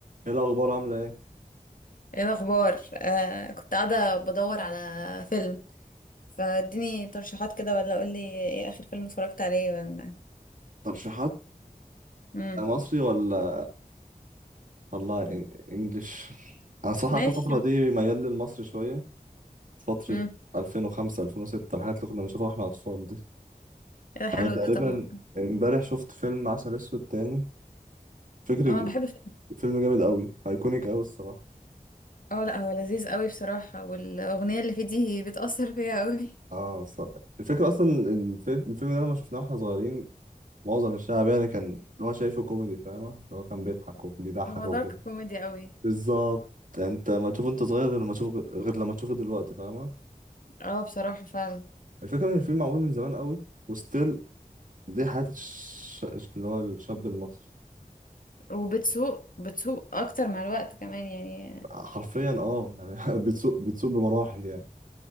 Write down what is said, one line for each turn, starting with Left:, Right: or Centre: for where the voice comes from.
Right: ايه الاخبار عامله ايه
Left: ايه الاخبار آه كنت قاعده بدور على فيلم فاديني ترشيحات كده ولا قولي ايه اخر فيلم اتفرجت عليه ولا
Right: ترشيحات
Left: امم
Right: مصري ولا والله إن- انجليش انا صراحه
Left: ماشي
Right: اخر فتره دي ميال للمصري شويه فتره
Left: امم
Right: 2005 2006 الحاجات اللي كنا بنشوفها واحنا اطفال دي
Left: ايه ده حلو
Right: انا تقريبا
Left: ده طب ما-
Right: امبارح شفت فيلم عسل اسود تاني فكري
Left: اه بحب الفيلم
Right: فيلم جامد قوي ايكونيك قوي الصراحه
Left: اه لا هو لذيذ قوي بصراحه والاغنيه اللي فيه دي بتاثر فيها قوي
Right: اه صح. الفكره اصلا الفيلم, الفيلم ده لما شفناه واحنا صغيرين معظم الشعب يعني كان اللي هو شايفه كوميدي فاهمه اللي هو كان بيضحك وبيضحك
Left: <laughs> هو دارك كوميدي قوي
Right: بالظبط انت ما تشوفه انت صغير غير لما تشوفه غير لما تشوفه دلوقتي فاهمة
Left: اه بصراحه فعلا
Right: الفكرة ان الفيلم معمول من زمان قوي وستيل دي حياة الش... اللي هو الشاب المصري
Left: وبتسوق بتسوق اكتر مع الوقت كمان يعني
Right: حرفيا اه يعني <laughs> بتسوق بتسوق بمراحل يعني